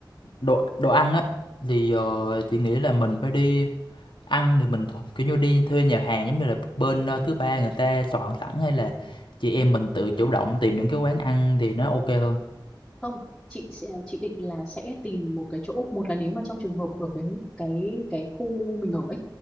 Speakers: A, on the left; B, in the centre.
A: đồ đồ ăn á thì ờ, chị nghĩ là mình phải đi ăn thì mình th- kiểu như đi thuê nhà hàng giống như là bên ờ, thứ ba người ta soạn sẵn hay là chị em mình tự chủ động tìm những cái quán ăn thì nó ok hơn
B: không chị sẽ chị định là sẽ tìm một cái chỗ một là nếu mà trong trường hợp ở cái cái cái khu mình ở